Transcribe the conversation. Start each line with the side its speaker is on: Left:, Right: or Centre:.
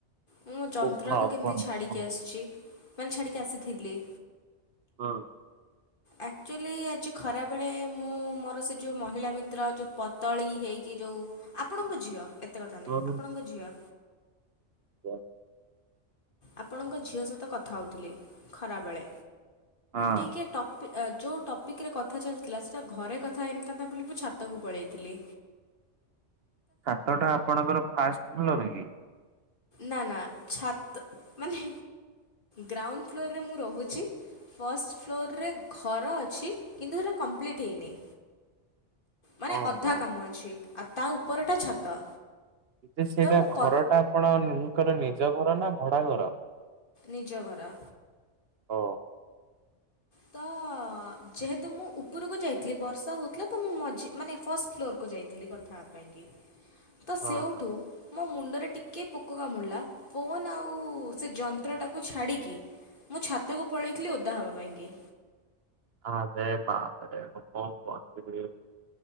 Left: ମୁଁ ଯନ୍ତ୍ରାକୁ
Right: ହଁ
Left: କେମିତି
Right: କୁହନ୍ତୁ
Left: ଛାଡ଼ିକି
Right: କୁହନ୍ତୁ।
Left: ଆସିଛି ମାନେ ଛାଡ଼ିକି ଆସିଥିଲି।
Right: ହୁଁ।
Left: ଆକ୍ଚୁଆଲି ଆଜି ଖରାବେଳେ ମୁଁ ମୋର ସେ ଜିଉ ମହିଳା ମିତ୍ର ଯଉ ପତଳି ହେଇକି ଜୋଉ ଆପଣଙ୍କ ଝିଅ ଏତେ କଥା
Right: ହଁ
Left: ନାହିଁ ଆପଣଙ୍କ ଝିଅ।
Right: <inaudible>
Left: ଆପଣଙ୍କ ଝିଅ ସହିତ କଥା ହେଉଥିଲି ଖରାବେଳେ
Right: ହଁ
Left: ଟିକଏ ଟପ୍ ଯୋଉ ଟପିକ୍ ରେ କଥା ଚାଲିଥିଲା ସେଇଟା ଘରେ କଥା ହେଇନଥାନ୍ତା ବୋଲି ମୁଁ ଛାତକୁ ପଳାଇଥିଲି।
Right: ଚ୍ଚାତ ଟା ଆପଣଙ୍କର ଫାଷ୍ଟ ଫ୍ଲୋର ରେ କି?
Left: ନା ନା ଛାତ ମାନେ ଗ୍ରାଉଣ୍ଡ ଫ୍ଲୋରରେ ମୁଁ ରହୁଛି। ଫଷ୍ଟ ଫ୍ଲୋରରେ ଘର ଅଛି କିନ୍ତୁ ସେଇଟା କମ୍ପ୍ଲିଟ୍ ହେଇନି।
Right: <inaudible>
Left: ମାନେ
Right: ଓହୋ।
Left: ଅଧା କାମ ଅଛି ଆଉ ତା ଉପରଟା ଛାତ।
Right: ଯେ ସେଇଟା
Left: ତ ମୁଁ
Right: ଘର
Left: କ
Right: ଟା ଆପଣଙ୍କର ନିଜ ଘର ନା ଭଡା ଘର?
Left: ନିଜ ଘର।
Right: ହ, ଅ।
Left: ତ ଯେହେତୁ ମୁଁ ଉପରକୁ ଯାଇଥିଲି ବର୍ଷା ହଉଥିଲା ତ ମୁଁ ମଝି ମାନେ ଫର୍ଷ୍ଟ ଫ୍ଲୋରକୁ ଯାଇଥିଲି କଥା ହେବା ପାଇଁକି।
Right: <inaudible>
Left: ତ ସେଉଠୁ
Right: ହଁ
Left: ମୋ ମୁଣ୍ଡରେ ଟିକିଏ ପୋକ କାମୁଡ଼ିଲା ଫୋନ୍ ଆଉ ସେ ଯନ୍ତ୍ରଟାକୁ ଛାଡ଼ିକି ମୁଁ ଛାତକୁ ପଳାଇଥିଲି ଓଦା ହେବା ପାଇଁକି।
Right: ହଁ ସେ ବାପରେ ମୁଁ କ ପହଞ୍ଚି